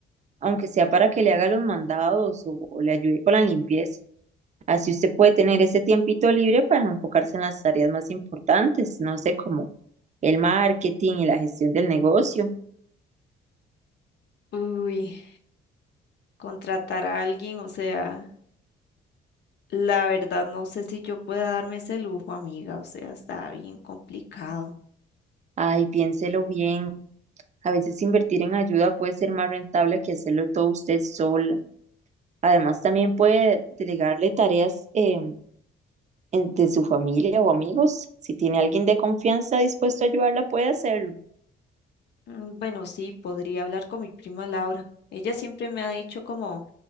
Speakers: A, on the right; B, on the left.
A: aunque sea para que le haga los mandados o o le ayude con la limpieza. Así usted puede tener ese tiempito libre para enfocarse en las tareas más importantes, no sé, como el marketing y la gestión del negocio.
B: Uy, contratar a alguien, o sea... La verdad, no sé si yo pueda darme ese lujo, amiga, o sea, está bien complicado.
A: Ay, piénselo bien. A veces invertir en ayuda puede ser más rentable que hacerlo todo usted sola. Además, también puede delegarle tareas eh, en- de su familia o amigos. Si tiene alguien de confianza dispuesto a ayudarla, puede hacerlo.
B: Mm, Bueno, sí, podría hablar con mi prima Laura. Ella siempre me ha dicho como